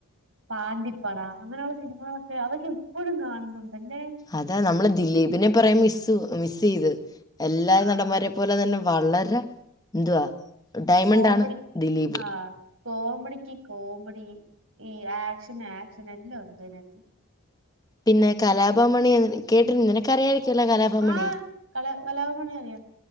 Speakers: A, on the right; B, on the left.
A: Pandippada അങ്ങനെയുള്ള സിനിമകളൊക്കെ അതൊക്കെ ഇപ്പഴും കാണുന്നുണ്ട്ല്ലെ
B: അതാ നമ്മള് ദിലീപിനെ കൊറേ മിസ് മിസ് ചെയ്ത് എല്ലാ
A: ആ
B: നടന്മാരെ പോലെ തന്നെ വളരെ എന്തുവാ ഡയമണ്ട്
A: കോമഡി
B: ആണ് ദിലീപ്
A: ആഹ് കോമഡിക്ക് കോമഡി ഈ ആക്ഷന് ആക്ഷൻ എല്ലാം ഉണ്ട് അയിനാത്ത്
B: പിന്നെ കലാഭമണി കേട്ടി നിനക്കറിയായിരിക്കുവല്ലോ കലാഭമണി
A: ആഹ് കല കലാഭവൻമണി അറിയാം